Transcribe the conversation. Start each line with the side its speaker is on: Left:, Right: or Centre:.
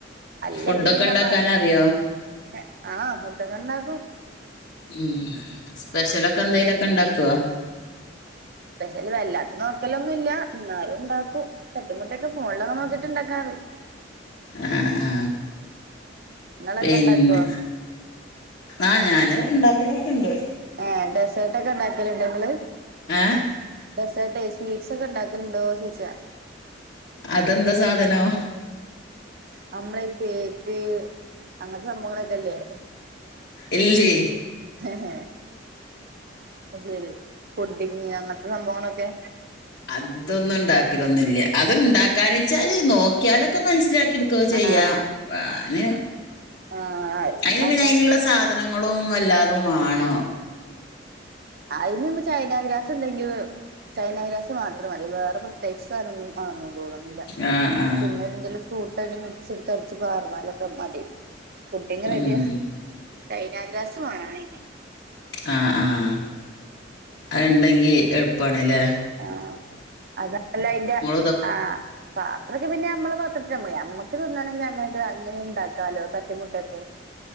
Right: അല്ലെങ്കി
Left: ഫുഡൊക്കെ
Right: പിന്നെ
Left: ഉണ്ടാക്കാൻ
Right: നമ്മള്
Left: അറിയോ
Right: ആഹ് ഫുഡൊക്കെണ്ടാക്കും
Left: ഉം സ്പെഷ്യലൊക്കെ എന്തേലൊക്കെ ണ്ടാക്കുവോ?
Right: സ്പെഷ്യല് വല്ലാത്ത നോക്കലൊന്നുല്ല ന്നാലും ണ്ടാക്കും തട്ടിമുട്ടിയൊക്കെ ഫോണിലൊക്കെ നോക്കിട്ട് ഇണ്ടാക്കാറിം
Left: ആ ആ
Right: നിങ്ങളെല്ലാം
Left: പിന്നെ
Right: ഉണ്ടാക്കുവോ
Left: ആഹ് ഞാന് ഇണ്ടാക്കലൊക്കെണ്ട്
Right: ഏഹ് ഡെസേർട്ട്ക്കെ ഇണ്ടാക്കല്ണ്ടങ്ങള്?
Left: ഏഹ്
Right: ഡെസേർട്ടേ സ്വീറ്റ്സൊക്കെണ്ടാക്കലുണ്ടോ ചോയ്ച്ചാ?
Left: അതെന്താ സാധനം?
Right: നമ്മളെ ഈ കേക്ക് അങ്ങനത്തെ സംഭവങ്ങളൊക്കെല്ലേ?
Left: ഇല്ല്യേ
Right: അഹ് ശരി പുഡിങ് അങ്ങനത്തെ സംഭവങ്ങളൊക്കെ
Left: അതൊന്നും ഇണ്ടാക്കലൊന്നുല്ല്യ അത്ണ്ടാക്കാനെച്ചാല് നോക്കിയാലൊക്കെ മനസ്സിലാക്കിടുക്കൊ ക്കെ ചെയ്യാ
Right: ആഹ്
Left: ഞാന്
Right: ആഹ് ഇണ്ടാക്കാ
Left: അയ്നി പിന്നെ അയ്ന്ള്ള സാധ നങ്ങളും എല്ലാതും വാണം
Right: അയിന് നമ്മ ചൈനഗ്രാസ്ണ്ടെങ്കിലും ചൈനാ ഗ്രാസ് മാത്രം മതി വേറെ പ്രത്യേകിച്ച് സാധനൊന്നും മാണെന്ന് തോന്ന്ണ്ല്ല്യ
Left: ഏഹ് ആ ആ
Right: പിന്നെന്തേലും ഫ്രൂട്ട് അയ്ന് മിക്സ്ട്ത്തടച്ച് പാർന്നാലൊക്കെ മതി പുഡിംങ്ങ് റെഡിയാ
Left: ഉം
Right: ചൈനാഗ്രാസ മാണയിന്
Left: ആഹ് ആഹ് അഹ്ണ്ടെങ്കി എള്പ്പാണ്ല്ലേ?
Right: ആ അതല്ലയിന്റെ
Left: ഇതൊക്കെ
Right: ആഹ് പാത്രൊക്കെ പിന്നമ്മള് പത്രത്തില പോയി ഞമ്മക്ക തിന്നണെങ്കി അങ്ങനൊക്കെ എങ്ങനീണ്ടാക്കാാലോ? തട്ടിമുട്ടിയൊക്കെ